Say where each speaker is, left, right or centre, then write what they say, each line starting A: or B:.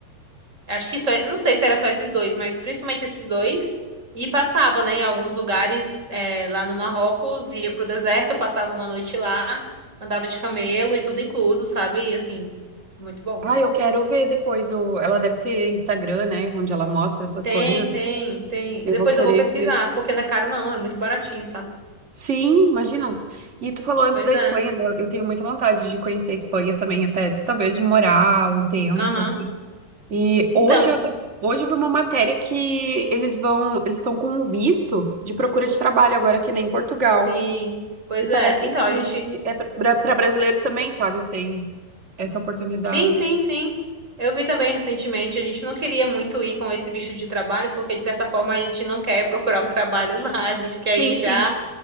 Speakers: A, on the right; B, on the right.
A: Acho que só, não sei se era só esses dois, mas principalmente esses dois. E passava, né, em alguns lugares é, lá no Marrocos, ia pro deserto, passava uma noite lá, andava de camelo e tudo incluso, sabe? E assim, muito bom.
B: Ah, eu quero ver depois o... Ela deve ter Instagram, né, onde ela mostra essas
A: Tem,
B: coisas.
A: tem, tem.
B: Eu
A: Depois
B: vou querer
A: eu vou pesquisar,
B: ver.
A: porque não é caro não, é muito baratinho, sabe?
B: Sim, imagina. E tu falou antes
A: Pois
B: da Espanha,
A: é.
B: né? Eu tenho muita vontade de conhecer a Espanha também, até talvez de morar um tempo,
A: Aham.
B: assim. E
A: Então,
B: hoje eu tô, hoje eu vi uma matéria que eles vão, eles estão com um visto de procura de trabalho agora que nem em Portugal.
A: sim. Pois
B: E parece
A: é. Então,
B: que
A: a gente
B: é para brasileiros também, sabe? Tem essa oportunidade.
A: Sim, sim, sim. Eu vi também recentemente, a gente não queria muito ir com esse visto de trabalho, porque de certa forma a gente não quer procurar um trabalho <laughs> lá, a gente quer
B: Sim,
A: ir
B: sim.
A: já